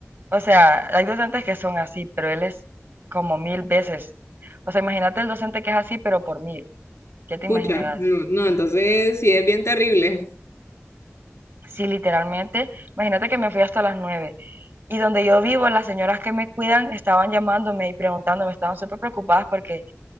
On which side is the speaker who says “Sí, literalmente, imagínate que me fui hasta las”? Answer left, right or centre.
Right